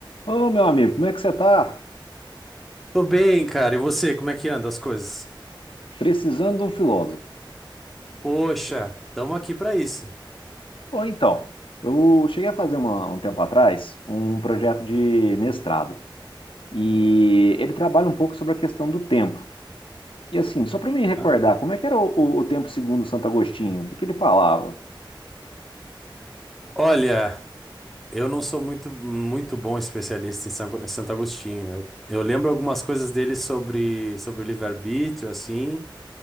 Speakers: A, on the left; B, in the centre.
A: Ô, meu amigo, como é que você está?
B: Tô bem, cara. E você, como é que anda as coisas?
A: Precisando de um filósofo.
B: Poxa, estamos aqui para isso.
A: Ou então, eu cheguei a fazer uma- um tempo atrás um projeto de mestrado e ele trabalha um pouco sobre a questão do tempo. E assim, só para me recordar,
B: Hã?
A: como é que era o, o- o tempo segundo Santo Agostinho? O que que ele falava?
B: Olha, eu não sou muito, muito bom especialista em São- em Santo Agostinho. Eu, eu lembro algumas coisas dele sobre, sobre o livre-arbítrio, assim,